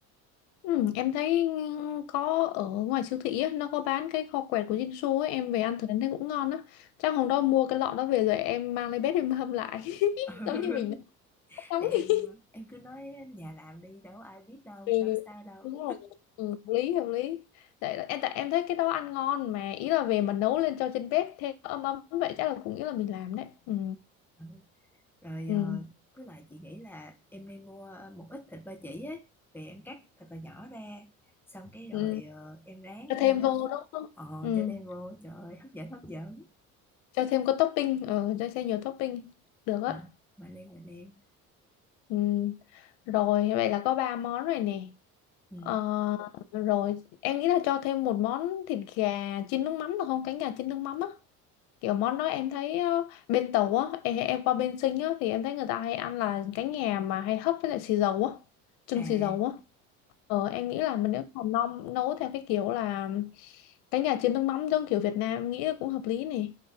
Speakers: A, on the left; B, in the centre.
A: Ừ, em thấy ừ, có ở ngoài siêu thị á, nó có bán cái kho quẹt của Jinsu ấy, em về ăn thử em thấy cũng ngon á. Chắc hôm đó mua cái lọ đó về rồi em mang lên bếp em hâm lại. <laughs>
B: <laughs>
A: Giống như mình nấu
B: thì
A: nóng
B: em
A: đi.
B: em cứ nói nhà làm đi đâu có ai biết đâu
A: Ừ,
B: đâu có sao đâu
A: đúng rồi. Ừ, hợp lý hợp lý. Tại em tại em thấy cái đó ăn ngon mà ý là về mà nấu lên cho trên bếp thêm ấm ấm vậy chắc là cũng ý là mình làm đấy. Ừ.
B: Ừ. rồi
A: Ừ.
B: ờ, với lại chị nghĩ là em nên mua ờ, một ít thịt ba chỉ ấy về em cắt thật là nhỏ ra xong cái rồi
A: Ừ.
B: ờ, em rán
A: Cho thêm
B: lên á
A: vô đúng không?
B: ồ
A: Ừ.
B: cho đem vô trời ơi hấp dẫn hấp dẫn
A: Cho thêm có topping, ừ, cho thêm nhiều topping. Được á.
B: Ờ, mà lên mà lên
A: Ừ. Rồi vậy là có ba món rồi nè.
B: ừ.
A: Ờ, rồi em nghĩ là cho thêm một món thịt gà chiên nước mắm được không? Cánh gà chiên nước mắm á. Kiểu món đó em thấy ờ, bên tàu á, em, em qua bên Sinh á thì em thấy người ta hay ăn là cánh gà mà hay hấp với lại xì dầu á, trưng
B: à
A: xì dầu á. Ờ em nghĩ là mình nếu mà nấu nấu theo cái kiểu là cánh gà chiên nước mắm giống kiểu Việt Nam em nghĩ là cũng hợp lý nè.